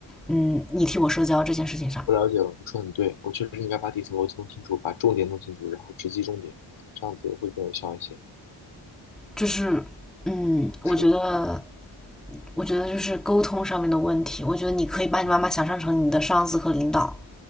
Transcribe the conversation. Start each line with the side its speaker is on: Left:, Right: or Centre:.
Centre: 嗯，你替我社交这件事情上。
Left: 我了解了，你说得很对，我确实应该把底层逻辑弄清楚，把重点弄清楚，然后直击重点，这样子会更有效一些。
Centre: 就是嗯，我觉得
Left: 是，
Centre: 我觉得就是沟通上面的问题，我觉得你可以把你妈妈想象成你的上司和领导。
Left: 嗯，